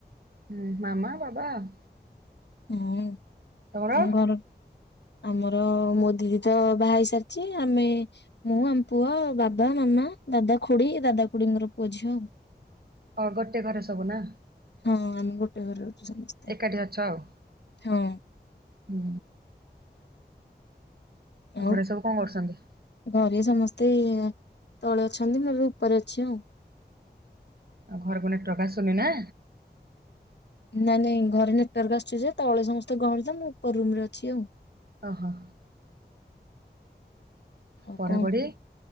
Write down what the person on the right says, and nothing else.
ହୁଁ ମାମା ବାବା ଆଉ।
ତମର
ହଁ ଗୋଟେ ଘରେ ସବୁ ନା।
ଏକାଠି ଅଛ ଆଉ।
ହୁଁ।
ଘରେ ସବୁ କଣ କରୁଛନ୍ତି?
ଆଉ ଘରକୁ ଏଇନା ଟ୍ରକ୍ ଆସୁନି ନା
ଅ ହ।
ପଢାପଢି